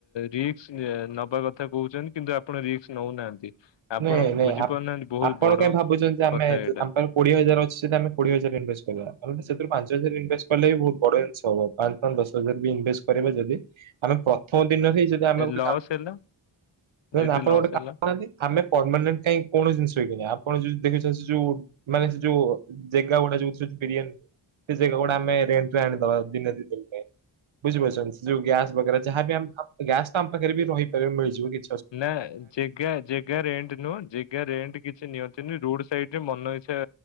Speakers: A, on the left; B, on the right.
A: ରିକ୍ସ ନବା କଥା କହୁଛନ୍ତି କିନ୍ତୁ ଆପଣ ରିକ୍ସ ନଉନାହାନ୍ତି। ଆପଣ
B: ନାଇଁ ନାଇଁ
A: ବୁଝିପାରୁନାହାନ୍ତି
B: ଆ
A: ବହୁତ
B: ଆପଣ
A: ବଡ
B: କାଇଁ ଭାବୁଛନ୍ତି ଆମେ
A: କଥା ଏଇଟା
B: ତମ ପା କୋଡିଏ ହଜାର ଅଛି ସେଦି ଆମେ କୋଡିଏ ହଜାର ଇଭେଷ୍ଟ କରିବା। ଆମେ ସେଥିରୁ ପାଞ୍ଚ ହଜାର ଇନଭେଷ୍ଟ କଲେ ବି ବହୁତ ବଡ ଜିନିଷ ହବ ପାଞ୍ଚ ପାଞ୍ଚ ଦଶ ହଜାର ବି ଇନେଷ୍ଟ କରିବା ଯଦି ଆମେ ମ ଦିନ ହେଇ ଯଦି ଆମେ ଗୋଟେ
A: ଲସ୍
B: କାମ
A: ହେଲା
B: ହ
A: ଯଦି
B: ଆପଣ
A: ଲସ୍
B: ଗୋଟେ କାମ
A: ହେଲା
B: କରୁନାହାନ୍ତି ଆମେ ପରମାନେଟ କାଇଁ କୌଣସି ଜିନିଷ ହେଇକି ଆପଣ ଯୋଉ ଦେଖୁଛନ୍ତି ସେ ଯୋଉ ମାନେ ସେ ଯୋଉ ଜେଗା ଗୁଡା ଯୋଉ ରିୟାନ ସେ ଯେଗା ଗୁଡା ଆମେ ରେଟ୍ ରେ ଆଣିଦବା ଦିନେ ଦି ଦିନି ପାଇଁ ବୁଝିପାରୁଛନ୍ତି ଯୋଉ ଗ୍ୟାସ ବରା ଯାହା ବି ଗ୍ୟାସ ତ ଆମ ପାଖରେ ବି ରହିପାରିବ ମିଳିଯିବ କି
A: ନା ଯେଗା ଯେ ଗା ରେଣ୍ଟ ନୁହଁ ଯେଗା ରେଣ୍ଟ କିଛି ନିଅନ୍ତି ନି ରୋଡ ସାଇଡ ରେ ମନ ଇଚ୍ଛା